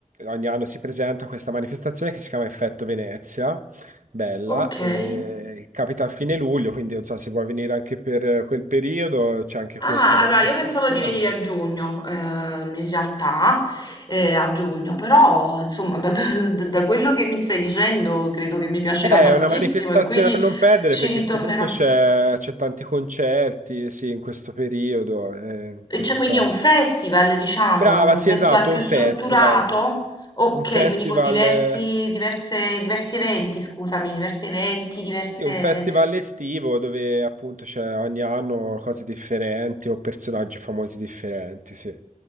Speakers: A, on the right; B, on the left.
A: ogni anno si presenta questa manifestazione che si chiama Effetto Venezia, bella,
B: okay.
A: e capita a fine luglio, quindi non so se vuoi venire anche per quel periodo, c'è anche questa
B: Ah,
A: manifestazione.
B: allora io pensavo di venire a giugno, ehm, in realtà, eh, a giugno, però insomma da, da- da quello che mi stai dicendo credo che mi piacerà
A: Eh, È
B: tantissimo
A: una manifestazione
B: e quindi
A: a non perdere
B: ci
A: perché
B: ritornerò.
A: comunque c'è c'è tanti concerti, sì, in questo periodo, eh, in
B: E
A: questa...
B: Cioè, quindi è un festival, diciamo,
A: Brava,
B: cioè un
A: sì,
B: festival
A: esatto,
B: più
A: un
B: strutturato?
A: festival.
B: Ok,
A: Un festival,
B: quindi con diversi,
A: eh,
B: diverse- diversi eventi, scusami, diversi eventi, diverse...
A: sì, un festival estivo dove appunto c'è ogni anno cose differenti o personaggi famosi differenti, sì.